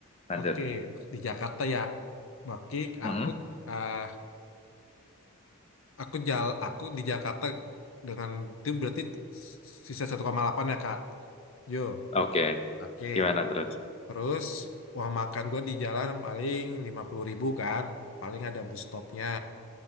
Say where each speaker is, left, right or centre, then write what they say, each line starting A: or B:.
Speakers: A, on the left; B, on the left.
A: Lanjut.
B: oke. Di Jakarta ya. Baki,
A: Mm-mm.
B: aku, eh aku jal, aku di Jakarta dengan itu berarti sisa satu koma delapan ya Kak. Yo,
A: Oke.
B: oke.
A: Gimana terus?
B: Terus uang makan gua di jalan paling lima puluh ribu kan. Paling ada bus stopnya.